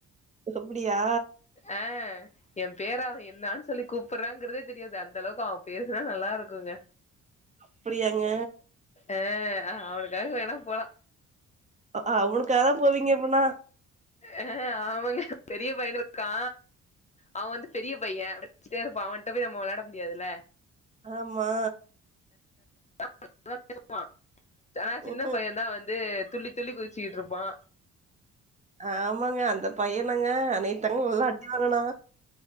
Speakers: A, on the right; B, on the left.
A: அப்டியா
B: ஆ எ பேரா என்னான் சொல்லி கூப்புறாங்கிறதே தெரியாது அந்தளவுக்கு அவ பேசுனா நல்லா இருக்குங்க
A: அப்படியாங்க
B: ஆ அவனுக்காக வேணா போலா
A: ஆ அவனுக்காகதா போவீங்க அப்பனா
B: அ அவனு பெரிய பையனு இருக்கா அவ வந்து பெரிய பைய பச்சிட்டே இருப்பா அவன்ட்ட போய நம்ம வெளையாட முடியாதுல்ல
A: ஆமா
B: <inaudible> ஆனா சின்ன
A: ம்
B: பைய தா வந்து துள்ளி துள்ளி குதிச்சிட்டு இருப்பா
A: ஆமாங்க அந்த பையதாங்க நேத்தாங்க நல்லா அடி வாங்கனா